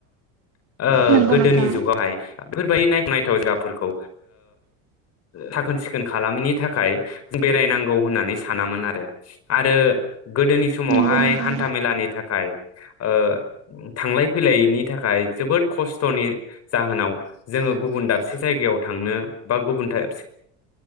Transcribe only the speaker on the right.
नंगौ
नोंथां
नंगौ नोंथां